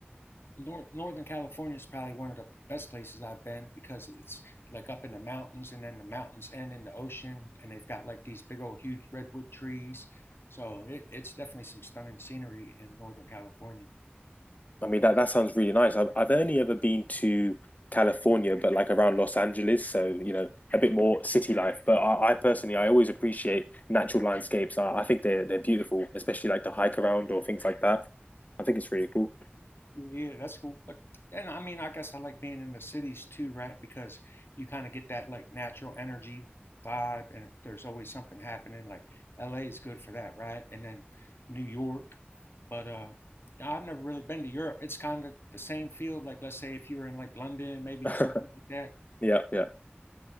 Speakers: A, on the left (about 70°); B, on the left (about 40°).
A: North, Northern California is probably one of the best places I've been because it's like up in the mountains and then the mountains end in the ocean and they've got like these big old huge redwood trees. So it, it's definitely some stunning scenery in Northern California.
B: I mean, that that sounds really nice. I've I've only ever been to California, but like around Los Angeles, so you know, a bit more city life. But I, I personally, I always appreciate natural landscapes. I, I think they're they're beautiful, especially like the hike around or things like that. I think it's really cool.
A: Yeah, that's cool. But then, I mean, I guess I like being in the cities too, right? Because you kind of get that like natural energy vibe, and there's always something happening. Like LA is good for that, right? And then New York. But uh, I've never really been to Europe. It's kind of the same field. Like, let's say if you're in like London, maybe,
B: <laughs>
A: or something like that.
B: Yeah, yeah.